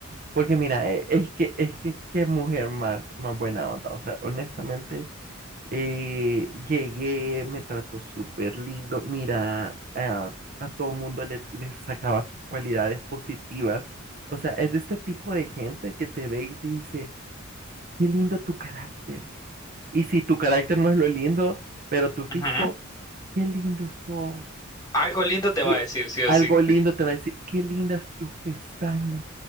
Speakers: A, on the right; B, on the left.
A: Porque mira, e- es que, es que qué mujer más, más buena onda. O sea, honestamente, eh, llegué, me trató súper lindo. Mira, a, a todo mundo le, le sacaba sus cualidades positivas. O sea, es de este tipo de gente que te ve y te dice, qué lindo tu carácter. Y si tu carácter no es lo lindo, pero tu físico
B: Ujú.
A: qué lindo sos.
B: Algo lindo te
A: Qué...
B: va a decir, sí o
A: Algo
B: sí.
A: lindo te va a decir, qué lindas tus pestañas,